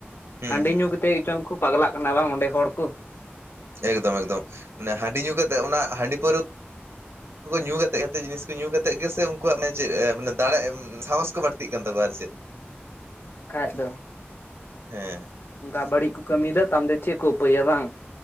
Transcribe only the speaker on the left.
ᱦᱟᱺᱰᱤ
ᱧᱩ ᱠᱟᱛᱮᱫ ᱪᱚᱝᱠᱩ ᱯᱟᱜᱽᱞᱟᱜ ᱠᱟᱱᱟ ᱵᱟᱝ ᱚᱸᱰᱮ ᱦᱚᱲ ᱠᱩ
ᱠᱷᱟᱡ ᱫᱚ
ᱚᱝᱠᱟ ᱵᱟᱹᱲᱤᱡ ᱠᱚ ᱠᱟᱹᱢᱤᱭᱫᱟ ᱛᱟᱢ ᱫᱚ ᱪᱮᱫ ᱠᱚ ᱩᱯᱟᱹᱭᱟ ᱵᱟᱝ?